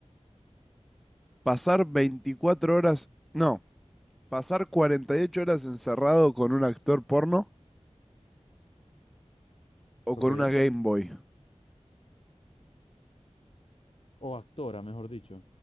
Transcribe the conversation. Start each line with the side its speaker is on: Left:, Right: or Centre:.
Centre: pasar 24 horas, no, pasar 48 horas encerrado con un actor porno o
Left: Ok.
Centre: con una Game Boy.
Left: O actora, mejor dicho.